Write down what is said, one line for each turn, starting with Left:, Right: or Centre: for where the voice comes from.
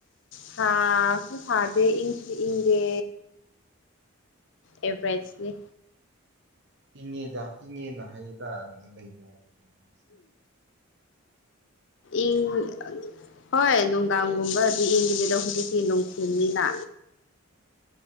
Left: ꯊꯥꯁꯨ ꯁꯥꯗꯦ ꯏꯪꯁꯨ ꯏꯪꯗꯦ ꯑꯦꯕ꯭ꯔꯦꯠꯁꯅꯦ
Right: ꯏꯪꯉꯦꯗ ꯏꯪꯉꯦꯅ ꯍꯩꯌꯦꯗ ꯑꯗꯨꯒ ꯂꯩꯕꯅ ꯏꯃꯥꯅꯕꯁꯤꯡꯒ
Left: ꯏꯪ ꯑ ꯍꯣꯏ ꯅꯨꯡꯗꯥꯡꯒꯨꯝꯕꯗꯤ ꯏꯪꯒꯅꯤ ꯗꯣ ꯍꯨꯖꯤꯛꯇꯤ ꯅꯣꯡꯇꯤꯟꯅꯤꯅꯥ